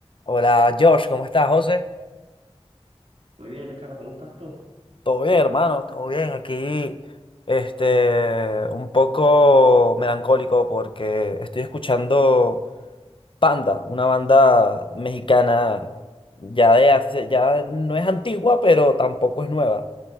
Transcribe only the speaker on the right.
Muy bien, Ricardo, ¿cómo estás tú?